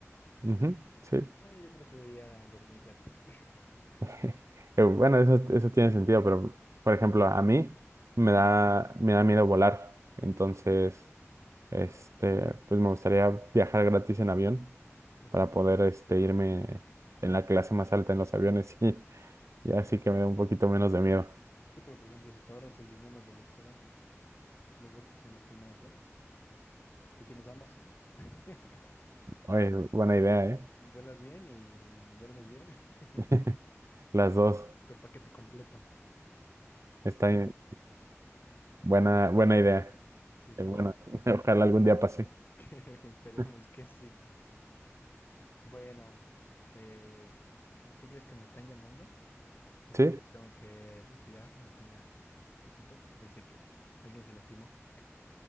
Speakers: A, on the right; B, on the left.
A: Ujú, sí.
B: Eh, yo preferiría dormir gratis. <laughs>
A: <laughs> Eh, Bueno, eso, eso tiene sentido, pero por ejemplo, a mí me
B: Ujú,
A: da, me da miedo volar. Entonces, este, pues me gustaría viajar gratis en avión
B: ujú.
A: para poder este, irme en la clase más alta en los aviones <laughs> y, y así que me da un poquito menos de miedo.
B: Sí, pero por ejemplo, si te ahorras el dinero del hospedaje, lo gastas en la primera clase y tienes ambas. <laughs>
A: Oye, buena idea, ¿eh?
B: Vuelas bien y duermes bien. <laughs>
A: <laughs> Las dos.
B: Todo el paquete completo.
A: Está bien. buena, buena idea.
B: Sí, sí,
A: Eh, Bueno,
B: sí.
A: <laughs> ojalá algún día pase.
B: <laughs> Esperemos
A: <laughs>
B: que sí. Bueno, eh, ¿qué crees que me están llamando? Entonces
A: ¿Sí?
B: me tengo que retirar ahorita ya poquito. Parece que alguien se lastimó.